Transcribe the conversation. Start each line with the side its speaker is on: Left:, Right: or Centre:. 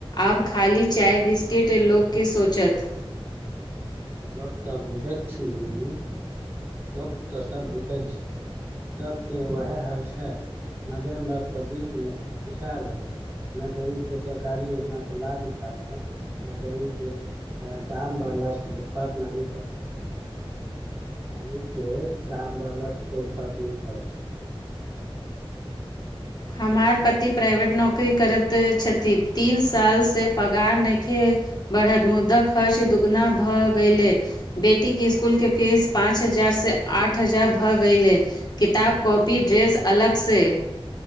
Left: आब खाली चाय बिस इ त लोकके सोचत
Right: लोक तऽ बुझैत छी दीदी लोक तऽ सब बुझैत छी सभके उएह हाल छै मध्यम वर्ग तऽ बीच मे पिसा रहल छै ने गरीब जे सरकारी योजना के लाभ उठा एहि गरीब के दाम बढ़ला स फर्क नहि पड़ा अमीर के दाम बढ़ला सँ कोइ फर्क नहि पड़ै छै
Left: हमार पति प्राइवेट नौकरी करैत छथि तीन साल से पगार नहि खे बढ़त मुद्दा खर्च दुगुना भऽ गेलै बेटी के स्कूल के फीस पाँच हजार हजार से आठ हजार भ गयले किताब कॉपी ड्रेस अलग से